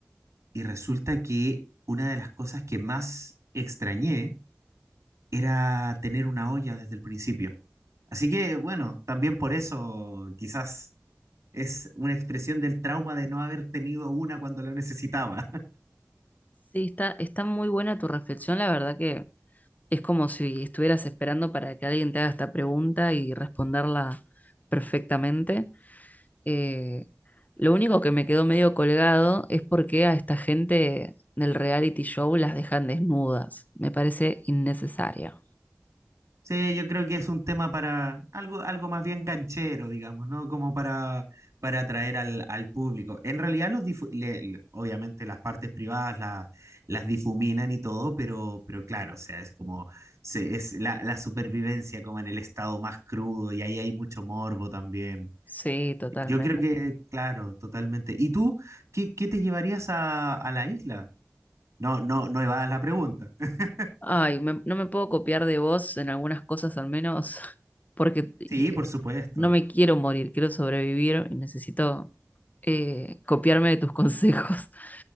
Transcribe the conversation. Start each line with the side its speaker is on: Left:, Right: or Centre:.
Right: Y resulta que una de las cosas que más extrañé era tener una olla desde el principio. Así que bueno, también por eso quizás es una expresión del trauma de no haber tenido una cuando la necesitaba.
Left: Sí, está, está muy buena tu reflexión, la verdad que es como si estuvieras esperando para que alguien te haga esta pregunta y responderla perfectamente. Eh, lo único que me quedó medio colgado es por qué a esta gente del reality show las dejan desnudas. Me parece innecesario.
Right: Sí, yo creo que es un tema para algo, algo más bien canchero, digamos, ¿no? Como para, para atraer al, al público. En realidad, los difu- le- le- obviamente las partes privadas la- las difuminan y todo, pero, pero claro, o sea, es como se- es la, la supervivencia como en el estado más crudo y ahí hay mucho morbo también.
Left: Sí, totalmente.
Right: Yo creo que, claro, totalmente. ¿Y tú qué, qué te llevarías a, a la isla? No, no, no evadas la pregunta. <laughs>
Left: Ay, me- no me puedo copiar de vos en algunas cosas al menos, <laughs> porque eh,
Right: Sí, por supuesto.
Left: no me quiero morir, quiero sobrevivir y necesito eh, copiarme de tus consejos. <laughs>